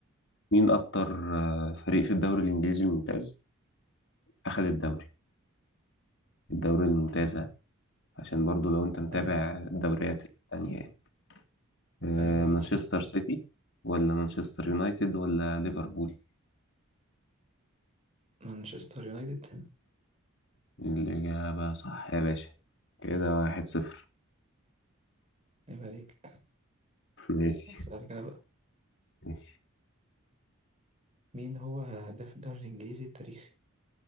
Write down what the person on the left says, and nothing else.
مين اكتر آه، فريق في الدوري الإنجليزي الممتاز أخد الدوري الدوري الممتاز ها؟ عشان برضو لو انت متابع
الدوريات التانية يعني آه،
مانشستر
سيتي ولا مانشستر يونايتد ولا ليفربول
الإجابة صح يا باشا كده واحد صفر
ماشي
ماشي